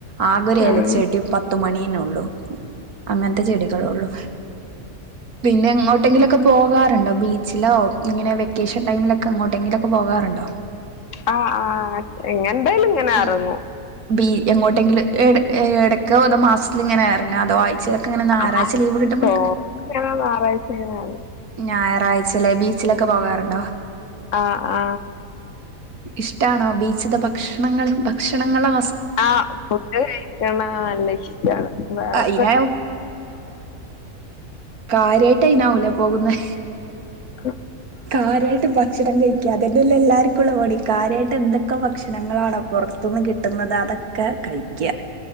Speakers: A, on the right; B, on the left.
A: ആകെ ഒരു
B: ഉം
A: ഇലച്ചടി പത്ത് പത്തുമണിയെന്നുള്ളൂ അങ്ങനത്തെ ചെടികളെ ഉള്ളു പിന്നെ എങ്ങോട്ടെങ്കിലൊക്കെ പോകാറുണ്ടോ ബീച്ചിലോ ഇങ്ങനെ വെക്കേഷൻ ടൈമിലൊക്കെ <inaudible> ട്ടെങ്കിലൊക്കെ പോകാറുണ്ടോ
B: ആഹ് ആഹ് ആഹ് എങ്ങെന്തായാലും ഇങ്ങനെ
A: ഈ
B: എറങ്ങും
A: ബി എങ്ങോട്ടെങ്കും എടയ്ക്ക് തോ മാസത്തിൽ ഇങ്ങനെ ഇറങ്ങ അതോ ആഴ്ചയിലൊക്കെ ഇങ്ങനെ ഞായറാഴ്ച
B: ആ
A: ലീവ് കിട്ടുമ്പൾ
B: സോ ഇങ്ങനെ <unintelligible>
A: ഞായറാഴ്ചല്ലേ ബീ ച്ചിലൊക്കെ പോകാറുണ്ടോ?
B: ആ ആ
A: ഇഷ്ടാണോ ബീച്ചിത്തെ ഭക്ഷണങ്ങൾ, ഭക്ഷണങ്ങളാ
B: ആ ഫുഡ് കഴിക്ക നല്ല ഇഷ്‌ടാണ് വേറെ
A: അയിന് കാര്യമായിട്ട് അയിനാവ് ലെ പോകുന്നേ
B: ആ
A: കാര്യായിട്ട് ഭക്ഷണം കഴിക്കാതെ ഇതല്ല എല്ലാർക്കുംള്ള പണി കാര്യയിട്ട് എന്തൊക്കെ ഭക്ഷണങ്ങളാണ് പുറത്തുന്ന് കിട്ട്ന്നത് അതൊക്കെ കഴിക്ക